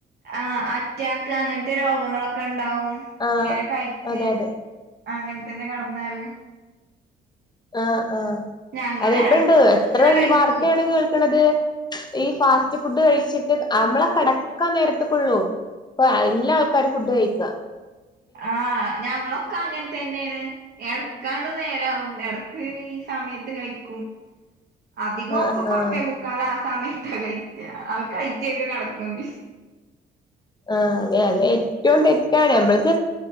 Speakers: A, on the right; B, on the left.
A: ആ അറ്റാക് ക്ക് അങ്ങനത്തെ രോഗങ്ങളൊക്കെ ണ്ട് ഉണ്ടാവും
B: ആഹ്
A: ഇങ്ങനെ കഴിച്ച്
B: അതെ അതെ
A: അങ്ങനത്തന്നെ കടന്നാല്
B: ആ ആ
A: ഞങ്ങള്
B: അതെ എപ്പുണ്ട്
A: എടക്കൊക്കെ
B: എത്ര
A: ഇങ്ങനെ കഴിക്കും
B: വാർത്തയാണ് കേൾക്കണത് ഈ ഫാസ്റ്റ് ഫുഡ് കഴിച്ചിട്ട് നമ്മളെ കിടക്കാൻ നേരത്ത കൊള്ളും അപ്പൊ എല്ലാ ആൾക്കാരും ഫുഡ് കഴിക്ക
A: ആ ഞങ്ങളൊക്കെ അങ്ങനെത്തെ തന്നെയാണ് എടക്കാണ്ട് നേരാവുല്ലാര് ക്ക് ഈ സമയത്ത് കഴിക്കും അധികംപ്പൊ
B: ആഹ് ആഹ്
A: പത്തേമുക്കാലാ സമയത്ത കയിച്ച കയി കേക്ക് കടക്കണ്ട്
B: ആ അതെ അതെ ഏറ്റവും തെറ്റാണ് നമ്മക്ക്